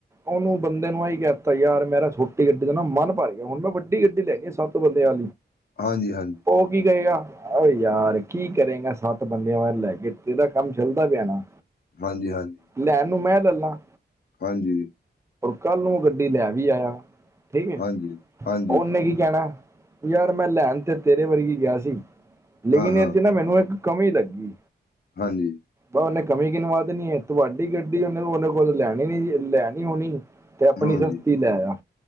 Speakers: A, on the right (about 15°); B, on the left (about 60°).
A: ਉਹਨੂੰ ਬੰਦੇ ਨੂੰ ਆਹੀ ਕਹਿ ਦਿੱਤਾ ਯਾਰ ਮੇਰਾ ਛੋਟੀ ਗੱਡੀ ਦਾ ਨਾ ਮਨ ਭਰ ਗਿਆ ਹੁਣ ਮੈਂ ਵੱਡੀ ਗੱਡੀ ਲੈਣੁ ਸੱਤ ਵਡਿਆ
B: ਹਾਂਜੀ ਹਾਂਜੀ।
A: ਉਹ ਕੀ ਕਹੇਗਾ ਉਹ ਯਾਰ ਕੀ ਕਰੇਗਾ ਸੱਤ ਬੰਦਿਆਂ ਵ ਲੈ ਕੇ ਇਹਦਾ ਕੰਮ ਚੱਲਦਾ ਪਿਆਣਾ।
B: ਹਾਂਜੀ ਹਾਂਜੀ।
A: ਲੈਣ ਨੂੰ ਮੈਂ ਲੱਲਾ
B: ਹਾਂਜੀ।
A: ਕੱਲ ਨੂੰ ਗੱਡੀ ਲੈ ਵੀ ਆਇਆ ਠੀਕ ਹੈ
B: ਹਾਂਜੀ, ਹਾਂਜੀ,
A: ਨੇ ਕੀ ਕਹਿਣਾ ਯਾਰ ਮੈਂ ਲੈਣ ਤੇ ਤੇਰੇ ਵਰਗੀ ਗਿਆ ਸੀ ਲੇਕਿਨ
B: ਹਾਂ-ਹਾਂ,
A: ਇਹ ਚ ਨਾ ਮੈਨੂੰ ਇੱਕ ਕਮੀ ਲੱਗੀ।
B: ਹਾਂਜੀ।
A: ਉਹਨੇ ਕਮੀ ਗਿਨਵਾ ਦੇਣੀ ਹੈ ਤੁਹਾਡੀ ਗੱਡੀ ਉਹਨੇ ਉਹਨੇ ਕੋਲ ਲੈਣੀ ਨੀ ਹੋਣੀ। ਤੇ ਆਪਣੀ
B: ਹਾਂਜੀ,
A: ਸਸਤੀ ਲੈ ਆ